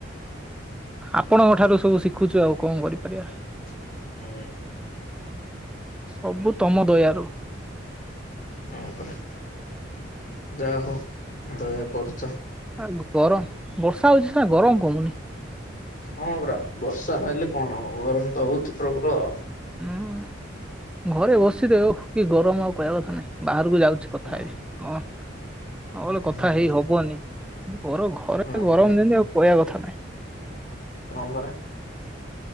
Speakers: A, in the centre; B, on the left.
A: ଆପଣଙ୍କ ଠାରୁ ସବୁ ଶିଖୁଛୁ ଆଉ କଣ କରିପାରିବା।
B: ହୁଁ।
A: ସବୁ ତମ ଦୟାରୁ।
B: ହଁ ପରା ଯା ହଉ ଦୟା କରୁଛ।
A: ଆ ଗରମ ବର୍ଷା ହଉଛି ସିନା ଗରମ କମୁନି।
B: ହଁ ପରା ବର୍ଷା ହେଲେ କଣ ହବ ଗରମ ତ ହଉଛି ପ୍ରବଳ।
A: ହୁଁ ଘରେ ବସିଛି ଯେ ଓ କି ଗରମ ଆଉ କହିବା କଥା ବାହାରକୁ ଯାଉଛି କଥା
B: ହୁଁ
A: ହେବି। ନହେଲେ କଥା
B: ହୁଁ
A: ହେଇ ହବନି। ଘର ଘରେ
B: ହଁ
A: ଗରମ ଯେମିତି ଆଉ କହିବା କଥା ନାହିଁ।
B: ହଁ ପରା।